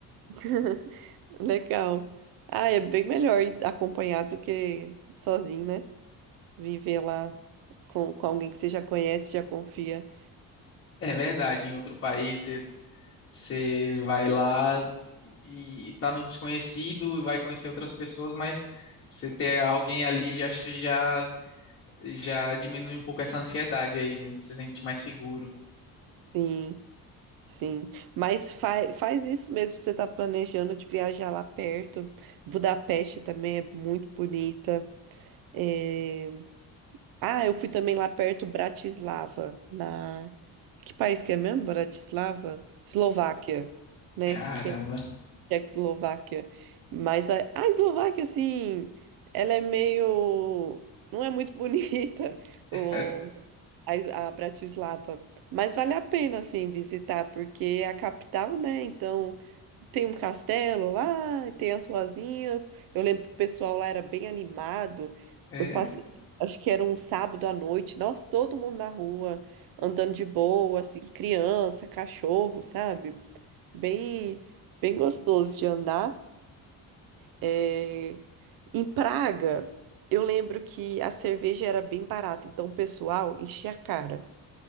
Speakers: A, on the right; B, on the left.
A: <laughs> Legal. Ah, é bem melhor ir acompanhado do que sozinho, né? Viver lá com, com alguém que você já conhece, já confia.
B: É verdade, em outro país você Você vai lá e tá no desconhecido e vai conhecer outras pessoas, mas você ter alguém ali já acho já já diminui um pouco essa ansiedade aí, né? Você se sente mais seguro.
A: Sim. Sim, mas fa faz isso mesmo se você está planejando de viajar lá perto. Budapeste também é muito bonita. É, Ah, eu fui também lá perto, Bratislava, na... Que país que é mesmo? Bratislava? Eslováquia, né?
B: Caramba.
A: que Tchecoslováquia. Mas a, a Eslováquia, assim, ela é meio. Não é muito bonita, <laughs> o,
B: É,
A: a, Es- a Bratislava. Mas vale a pena, assim, visitar, porque é a capital, né? Então, tem um castelo lá, tem as ruazinhas. Eu lembro que o pessoal lá era bem animado.
B: é,
A: Eu passei. Acho que era um sábado à noite, nossa, todo mundo na rua, andando de boa, assim, criança, cachorro, sabe? bem, bem gostoso de andar. É, Em Praga, eu lembro que a cerveja era bem barata, então o pessoal enchia a cara.